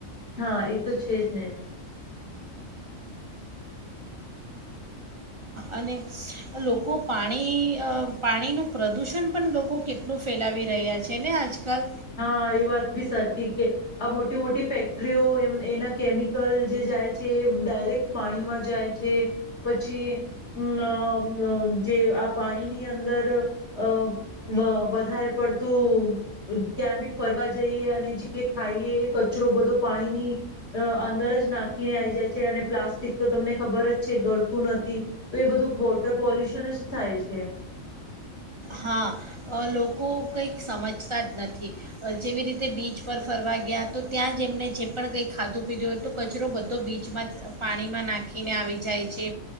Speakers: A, on the left; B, on the right.
A: હા એ તો છે જ ને.
B: અને લોકો પાણી અહ પાણીનું પ્રદૂષણ પણ લોકો કેટલું ફેલાવી રહ્યા છે ને આજકાલ.
A: હા એ વાત બી સાચી કે આ મોટી મોટી ફેક્ટરીઓ એમ એના કેમિકલ જે જાય છે, એ ડાયરેક્ટ પાણીમાં જાય છે, પછી અમ અહ અહ જે આ પાણીની અંદર અહ અહ વધારે પડતું ક્યાં બી ફરવા જઈએ અને જે ખાઈએ એ કચરો બધો પાણીની અહ અંદર જ નાખીને આવી જાય છે, અને પ્લાસ્ટિક તો તમને ખબર જ છે ગળતું નથી. તો એ બધું વોટર પોલ્યુશન જ થાય છે.
B: હા, અહ લોકો કંઈક સમજતા જ નથી. જેવી રીતે બીચ પર ફરવા ગયા તો ત્યાં જ એમણે જે પણ કંઈ ખાધું પીધું હોય તો કચરો બધો બીચમાં જ પાણીમાં નાખીને આવી જાય છે,